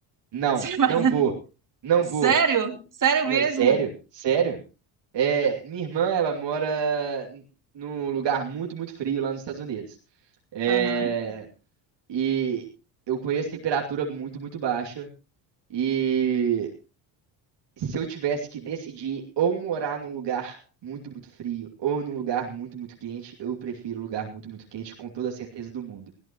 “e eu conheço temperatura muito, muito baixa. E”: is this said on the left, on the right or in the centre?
Right